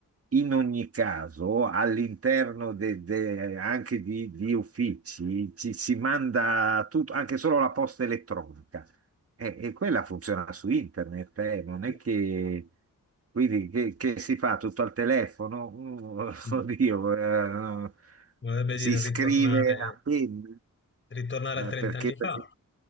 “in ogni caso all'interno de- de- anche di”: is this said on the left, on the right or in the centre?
Right